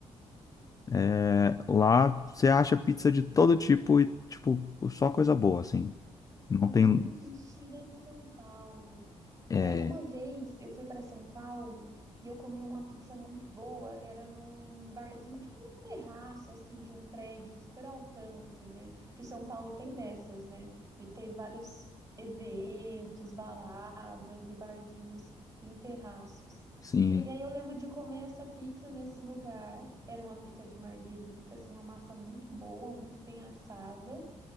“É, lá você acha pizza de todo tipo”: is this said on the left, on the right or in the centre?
Left